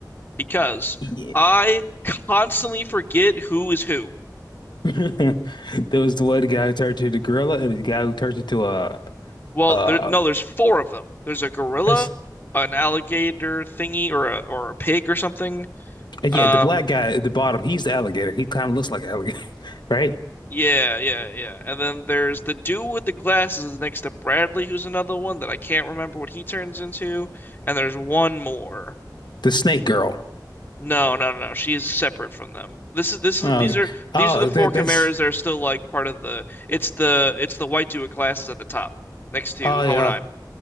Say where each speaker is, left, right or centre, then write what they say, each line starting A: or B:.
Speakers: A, on the left; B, on the left.
A: because
B: yeah.
A: I constantly forget who is who.
B: <laughs> There was the one guy who turned into the gorilla and the guy who turned into a
A: Well,
B: uh
A: there no, there's four of them. There's a gorilla,
B: it's,
A: an alligator thingy, or a or a pig or something.
B: yeah,
A: Um,
B: the black guy at the bottom, he's the alligator. He kind of looks like an alligator, <laughs> right?
A: yeah, yeah, yeah. And then there's the dude with the glasses is next to Bradley, who's another one that I can't remember what he turns into. And there's one more.
B: The snake girl.
A: No, no, no, no. She is separate from them. This is this is
B: Oh,
A: these are
B: oh
A: these are the four
B: that
A: chimeras
B: that's
A: that are still like part of the. It's the it's the white dude with glasses at the top next to
B: Oh yeah.
A: Honai.